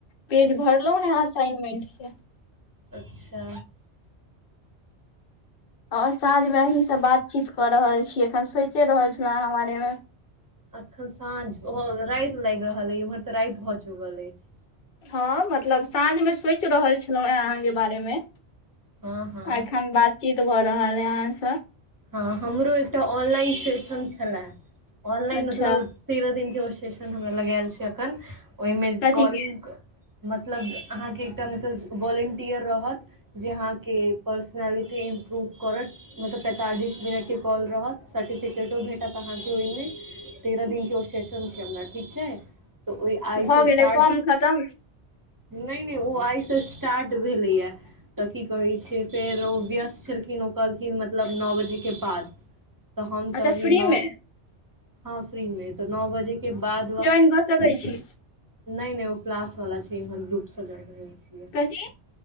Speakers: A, on the left; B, on the right.
A: पेज भरलो हे असाइनमेंट के
B: अच्छा
A: ओर साँझ मे अहीं से बातचीत क रहल छीै अखन सोचे रहल छल अहाँ बारे मे
B: अखन साँझ भ राति लागि रहल अछि एम्हर तऽ राति भऽ चुकल अछि
A: हँ मतलब साँझमे सोचि रहल छलहुँ हेँ अहाँके बारे में
B: हँ हँ
A: एखन बातचीत भऽ रहल अय अहाँ स
B: हँ हमरो एकटा ऑनलाइन सेशन छलए ऑनलाइन
A: अच्छा
B: मतलब तेरह दिनक के ओ सेशन हमरा लग आयल छै अखन ओइमे
A: कथी
B: कॉलिंग
A: के
B: मतलब अहाँके एकटा मतलब वोलेंटिियर रहत जे अहाँके पर्सनलिटी इम्प्रूव करत मतलब पैंतालीस मिनटके कॉल रहत सर्टिफिकेटो भेटत अहाँके ओहिमे तेरह दिन के ओ सेशन छै हमरा ठीक छै तऽ ओ आइ
A: भऽ
B: स
A: गेलै
B: स्टार्ट
A: फॉर्म खतम
B: नहि नहि ओ आइसँ स्टार्ट भेलैया तऽ की कहै छै फेर ओ व्यस्त छलखिन ओ कहलखिन मत मतलब नओ बजेके बाद तऽ हम
A: अच्छा
B: कहलियै
A: फ्री
B: नओ
A: मे
B: हँ फ्री में तऽ नओ बजे के बाद व
A: की क सकै छी
B: नहि नहि ओ क्लास वाला छै इम्हर ग्रुप स ज्वाइन होइ छै
A: कथी